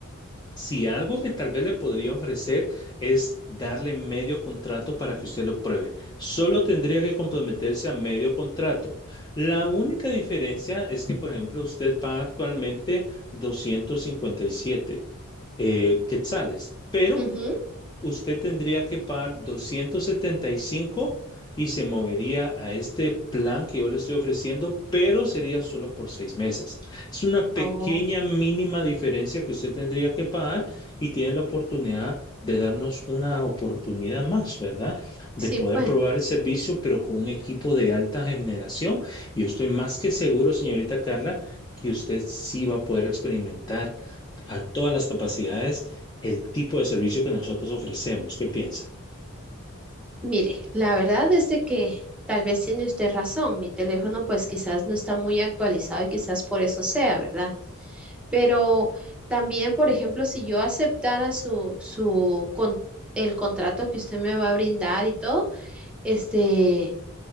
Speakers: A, on the left; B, in the centre.
A: Si algo que tal vez le podría ofrecer es darle medio contrato para que usted lo pruebe. Solo tendría que comprometerse a medio contrato. La única diferencia es que, por ejemplo, usted paga actualmente 257 eh, quetzales, pero
B: Ujú.
A: usted tendría que pagar 275 y se movería a este plan que yo le estoy ofreciendo, pero sería solo por seis meses. Es una pequeña
B: Oh,
A: mínima diferencia que usted tendría que pagar y tiene la oportunidad de darnos una oportunidad más, ¿verdad?
B: sí,
A: De poder
B: pues.
A: probar el servicio, pero con un equipo de alta generación. Yo estoy más que seguro, señorita Carla, que usted sí va a poder experimentar a todas las capacidades el tipo de servicio que nosotros ofrecemos. ¿Qué piensa?
B: Mire, la verdad es de que tal vez tiene usted razón, mi teléfono pues quizás no está muy actualizado y quizás por eso sea, ¿verdad? Pero también, por ejemplo, si yo aceptara su, su con- el contrato que usted me va a brindar y todo, este,